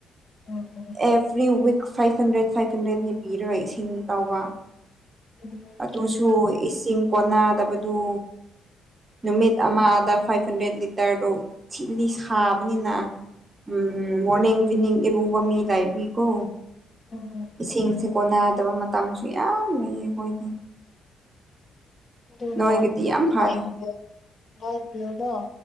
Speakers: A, on the left; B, on the right.
A: <inaudible>
B: every week five hundred five ꯍꯟꯗ꯭ꯔꯦꯠꯅꯦ ꯄꯤꯔꯣꯏ ꯏꯁꯤꯡ ꯇꯧꯕ꯫
A: ꯎꯝ
B: ꯑꯗꯨꯁꯨ
A: ꯎꯝ
B: ꯏꯁꯤꯡ ꯀꯣꯟꯅꯗꯕꯗꯨ꯫ ꯅꯨꯃꯤꯠ ꯑꯃꯗ ꯐꯥꯏꯚ ꯍꯟꯗ꯭ꯔꯦꯠ ꯂꯤꯇꯔꯗꯣ ꯁꯤꯗꯗꯤ ꯁꯥꯕꯅꯤꯅ ꯎꯝ ꯃꯣꯔꯅꯤꯡ ꯏꯚꯤꯅꯤꯡ ꯏꯔꯨꯕ ꯃꯤ ꯂꯩꯕꯒꯤꯀꯣ
A: ꯎꯝ
B: ꯏꯁꯤꯡꯁꯦ ꯀꯣꯟꯅꯗꯕ ꯃꯇꯝꯁꯨ ꯌꯥꯝ ꯂꯩꯌꯦ ꯑꯩꯈꯣꯏꯗꯤ꯫
A: ꯑꯗꯨꯒ
B: ꯅꯣꯏꯒꯤꯗꯤ ꯌꯥꯝ ꯐꯔꯦ
A: ꯂꯥꯏꯠ ꯕꯤꯜ ꯂꯥꯏꯠ ꯕꯤꯜꯗꯣ꯫